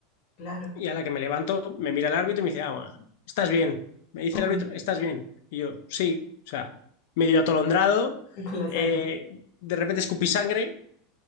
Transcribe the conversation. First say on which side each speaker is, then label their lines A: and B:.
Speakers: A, on the left (about 45°); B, on the left (about 65°).
A: Claro.
B: Y a la que me levanto, me mira el árbitro y me dice, ah, bueno, estás bien. Me dice
A: Uy,
B: el árbitro, estás bien. Y yo, sí, o sea, medio atolondrado,
A: <laughs> con la
B: eh,
A: sangre.
B: de repente escupí sangre